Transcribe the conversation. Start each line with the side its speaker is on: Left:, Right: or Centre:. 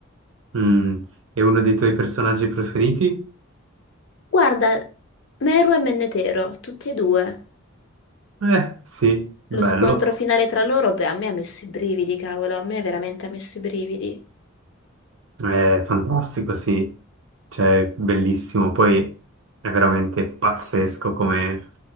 Right: Mm. E uno dei tuoi personaggi preferiti?
Left: Guarda, Meru e Mennetero, tutti e due.
Right: Eh, sì, bello.
Left: Lo scontro finale tra loro, beh, a me ha messo i brividi, cavolo, a me veramente ha messo i brividi.
Right: È fantastico, sì. Cioè, bellissimo. Poi è veramente pazzesco come...